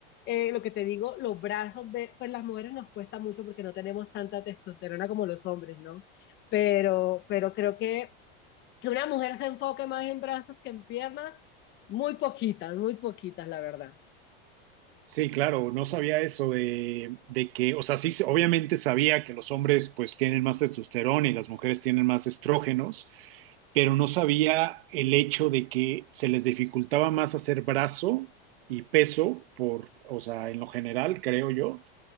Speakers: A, on the left; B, on the right.
A: eh, lo que te digo, los brazos, ve- pues las mujeres nos cuesta mucho porque no tenemos tanta testosterona como los hombres, ¿no? Pero, pero creo que que una mujer se enfoque más en brazos que en piernas, muy poquitas, muy poquitas, la verdad.
B: Sí, claro, no sabía eso de, de que, o sea, sí, obviamente sabía que los hombres pues tienen más testosterona y las mujeres tienen más estrógenos, pero no sabía el hecho de que se les dificultaba más hacer brazo y peso por, o sea, en lo general, creo yo,